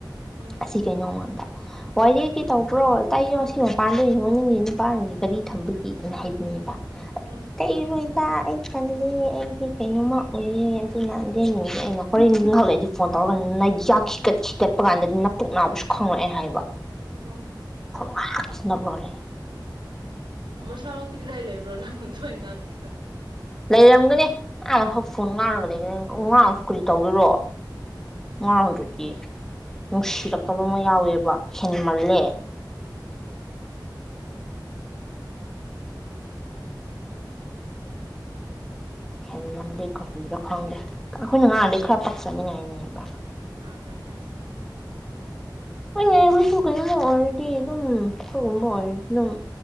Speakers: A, on the right (about 85°); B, in the centre.
A: ꯎꯝ
B: ꯑꯁꯤ ꯁꯤ ꯀꯩꯅꯩꯅꯣꯉ ꯑ ꯋꯥꯏꯔꯦ ꯀ ꯇꯧꯕ꯭ꯔꯣ ꯇꯥꯏꯉꯣ ꯉ ꯁꯤ ꯃꯄꯥꯟꯗ ꯏꯉꯣ ꯃꯅꯨꯡꯒꯤ ꯅꯨꯄꯥꯅꯤꯒꯤ ꯒꯥꯔꯤ ꯊꯝꯕꯒꯤ ꯑꯅ ꯍꯥꯏꯕꯤꯅꯦꯕ
A: ꯎꯝ
B: ꯇꯩꯔꯣꯏꯗ ꯑꯩ ꯈꯜꯂꯤ ꯑꯩꯒꯤ ꯀꯩꯅꯣꯝꯃ ꯑꯣꯏꯌꯦꯦ ꯑꯗꯨꯅꯗꯦꯟ ꯅꯗꯤ ꯑꯩꯅ ꯍꯣꯔꯦꯟꯗꯤ ꯉꯥꯏꯍꯥꯛꯂꯏꯗꯤ ꯐꯣꯟ ꯇꯧꯔꯒ ꯅ ꯌꯥꯛ ꯀꯠꯈꯤ ꯀꯠꯄ ꯀꯥꯟꯗꯗꯤ ꯅꯅꯥꯄꯣꯛ ꯅꯥꯕꯁꯨ ꯈꯪꯉꯛꯑꯦꯅ ꯍꯥꯏꯕ
A: ꯑꯝ
B: ꯐꯣꯡꯉꯁꯤꯅꯕꯣ ꯂꯩꯦ
A: ꯃꯁꯥꯃ ꯇꯒ ꯆꯥꯏ ꯂꯩꯕ꯭ꯔꯣ ꯅꯪꯁꯨ ꯉꯥꯡꯁꯤꯗꯣ
B: ꯂꯩꯔꯝꯒꯅꯤ ꯑꯌꯥꯝ ꯑꯃ ꯐꯛ ꯐꯨꯅꯨꯡꯉꯥꯡꯨꯕ ꯉꯥꯡꯐꯛ ꯀꯗꯤ ꯇꯧꯗꯣꯏꯔꯣ ꯉꯉꯥꯡꯗ꯭ꯔꯗꯤ ꯅꯨꯡꯁꯤꯔꯛꯇꯕ ꯑꯃ ꯌꯥꯎꯋꯦꯕ ꯍꯦꯟꯃꯜꯂꯦ ꯍꯦꯟꯃꯜꯜꯂꯤ ꯀꯣꯕꯤꯗꯣ ꯈꯪꯗꯦ ꯑꯩꯈꯣꯏꯅ ꯉꯔꯥꯡꯩ ꯈꯔ ꯄꯛꯆꯅꯤꯡꯉꯥꯏꯅꯦꯕ
A: ꯑꯗꯨꯗꯅꯦꯦ
B: ꯍꯣꯏꯅꯦ ꯑꯩꯈꯣꯏꯁꯨ ꯀꯩꯅꯣꯝꯃ ꯑꯣꯏꯔꯗꯤ ꯑꯗꯨꯝ ꯀꯣꯏꯒꯨꯝꯕ ꯑꯣꯏꯔꯗꯤ ꯑꯗꯨꯝ